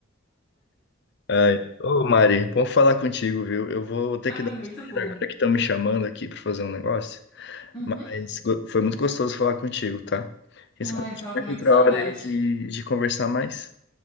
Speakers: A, on the left; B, on the left.
A: Ai, ô Mari, bom falar contigo, viu? Eu vou ter
B: Ai,
A: que dar
B: muito
A: uma saída
B: bom.
A: agora que estão me chamando aqui para fazer um negócio,
B: Uhum.
A: mas go- foi muito gostoso falar contigo, tá? Quem
B: Ai,
A: sabe a gente
B: tava
A: marca
B: com muita
A: outra
B: saudade.
A: hora aí de, de conversar mais?